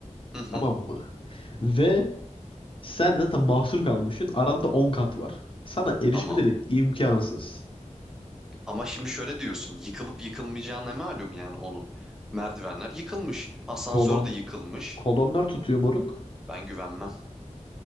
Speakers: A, in the centre; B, on the left.
A: Hı hı.
B: Tamam mı? Ve sen zaten mahsur kalmışsın. Aranda 10 kat var. Sana erişmeleri
A: Tamam.
B: imkansız.
A: Ama şimdi şöyle diyorsun. Yıkılıp yıkılmayacağı ne malum yani onun. Merdivenler yıkılmış. Asansör
B: Kolon,
A: de yıkılmış.
B: kolonlar tutuyor moruk.
A: Ben güvenmem.